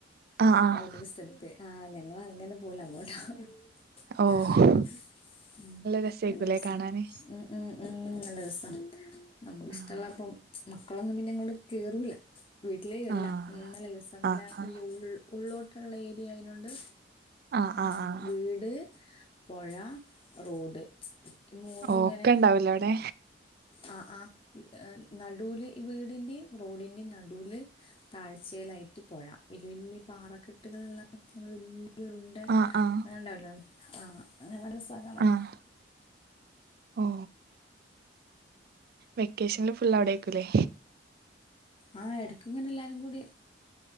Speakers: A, on the right; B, on the left.
A: ആഹ് ആഹ്
B: ഓരോരു സ്ഥലത്ത് ആ ഞങ്ങളങ്ങനെ പോവൂല അങ്ങോട്ടാ <unintelligible>
A: ഓഹ്
B: ഉം
A: രസേക്കൂലേ
B: നല്ല രസാ
A: കാണാന്
B: ഉം ഉം ഉം നല്ലരസാ, നമുകിശഷ്ടള്ളപ്പോ
A: ആഹ്
B: മക്കളൊന്നും പിന്നെ ഇങ്ങോട്ട് കേറൂല വീട്ടിലേകേറില്ല
A: ആഹ്
B: നല്ല രസാ നല്ല
A: ആഹ്
B: ഈ ഉൾ ഉള്ളോട്ടുള്ള ഏരിയ്നോണ്ട്
A: ആഹ് ആഹ്
B: ഉം
A: ആഹ്
B: വീട്, പൊഴാ, റോഡ് ഈ മൂന്നും
A: ഒക്കെ
B: ങ്ങനെ
A: ഉണ്ടാവൂലേ അവിടെ
B: അ ആ ഈ നടൂല് ഈവി ടിന്റെ റോഡിന്റെ നടൂല് താഴ്ചയിലായിട്ട് പൊഴ വല്യ വല്യ പാറക്കെട്ടുകളുള്ള വലിയരുണ്ടെ
A: ആഹ് ആഹ്
B: അങ്ങനെണ്ടാവലോ ആഹ് അങ്ങനെ നല്ല രസാ കാണാൻ
A: ആഹ് ഓ വെക്കേഷനില് ഫുൾ അവിടെയിരിക്കുംലേ
B: ആഹ് എടക്കിങ്ങനെ എല്ലാരുംകൂടി